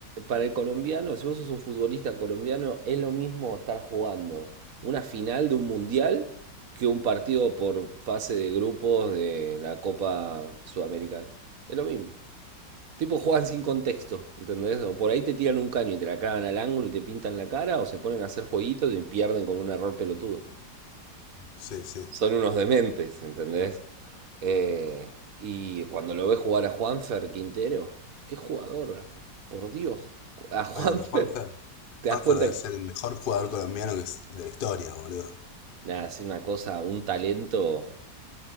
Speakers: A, on the right; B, on the left.
A: para el colombiano, si vos sos un futbolista colombiano, es lo mismo estar jugando una final de un mundial que un partido por fase de grupos de la Copa Sudamericana. Es lo mismo. Tipo juegan sin contexto, ¿entendés? O por ahí te tiran un caño y te la clavan al ángulo y te pintan la cara, o se ponen a hacer jueguitos y pierden con un error pelotudo.
B: sí, sí.
A: Son unos dementes, ¿entendés? Eh, y cuando lo ves jugar a Juanfer Quintero, qué jugador, la- por Dios, a Juanfer,
B: Bueno, pero Juanfer.
A: te
B: Juanfer
A: das cuenta
B: debe
A: que
B: ser el mejor jugador colombiano que es- de la historia, boludo.
A: nada, es una cosa, un talento